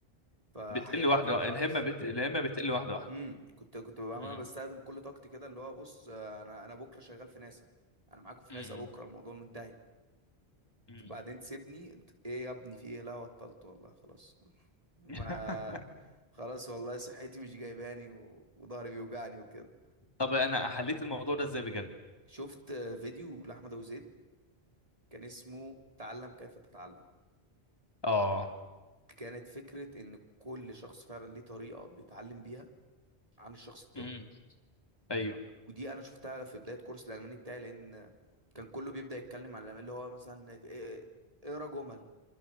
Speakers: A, on the right (about 35°); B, on the left (about 20°).
A: فحاجه
B: بتقل
A: كانت
B: واحدة
A: ممتلعه
B: الهمة
A: بس
B: بت... الهمة بتقل واحدة واحدة
A: امم كنت كنت ببقى
B: امم
A: انا بستخدم كل طاقتي كده اللي هو بص آه، انا انا بكره شغال في ناسا انا معاكم في
B: أمم.
A: ناسا بكره الموضوع منتهي
B: أمم.
A: بعدين تسيبني انت- ايه يا ابني في ايه لا بطلت والله خلاص ما
B: <laughs>
A: خلاص والله صحتي مش جايباني و... وضهري بيوجعني وكده
B: طب انا حليت الموضوع ده ازاي بجد
A: شفت آه، فيديو لاحمد ابو زيد كان اسمه تعلم كيف تتعلم
B: اه
A: كانت فكرة ان كل شخص فعلا ليه طريقة بيتعلم بيها عن الشخص التاني
B: امم ايوه
A: و- ودي انا شفتها في بداية كورس الالماني بتاعي لان كان كله بيبدأ يتكلم عن الألماني اللي هو مثلا إيه- اقرا جمل